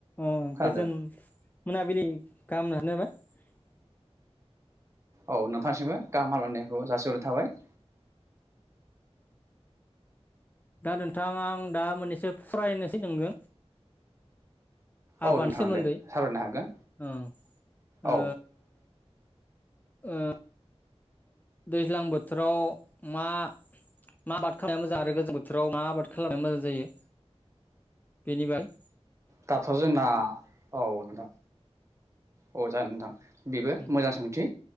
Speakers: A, on the left; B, on the right.
A: अ
B: खोनादों
A: गोजोन मोनाबिलिनि गाहाम <unintelligible>
B: औ नोंथांनिसिमबो गाहाम हामलायनायखौ जासि हरनाय थाबाय।
A: दा नोंथां आं दा मोननैसो <unintelligible> नोंनो
B: औ
A: आबादनि
B: नोंथां
A: सोमोन्दै
B: दे सावरायनो हागोन
A: औ
B: औ
A: ओ ओ दैज्लां बोथोराव मा मा आबाद खालामनाया मोजां आरो गोजां बोथोराव मा आबाद खालामनाया मोजां जायो। बेनिफाय
B: दाथ' जोंना औ नोंथां। अ जागोन नोंथां बेबो
A: उम
B: मोजां सोंथि।